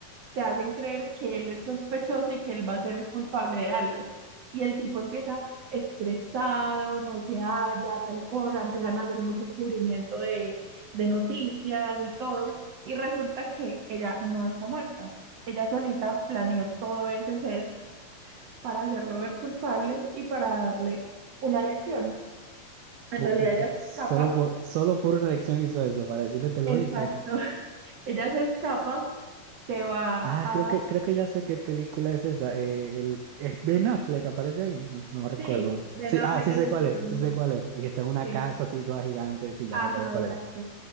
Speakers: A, on the right; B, on the right.
A: te hacen creer que él es sospechoso y que él va a ser el culpable de algo. Y el tipo empieza estresado, no se halla, tal cosa, empiezan a hacer mucho cubrimiento de, de noticias y todo. Y resulta que ella no está muerta. Ella solita planeó todo ese set para hacerlo ver culpable y para darle una lección. En
B: Hu-
A: realidad
B: <laughs>
A: ella se
B: Solo
A: escapa.
B: por, solo por una elección hizo eso, para decirle te lo
A: Exacto.
B: dije.
A: <laughs> Ella se escapa, se va
B: Ah,
A: a...
B: creo que, creo que ya sé qué película es esa. eh, el, es Ben Affleck, aparece ahí. No, no recuerdo.
A: Sí, Ben
B: Sí,
A: Affleck
B: ah, sí
A: es
B: sé
A: el
B: cuál
A: protagonista.
B: es, sí sé cuál es. Y que está en una
A: Sí.
B: casa así toda gigante. Sí, ya
A: Ajá,
B: recuerdo cuál
A: exacto.
B: era.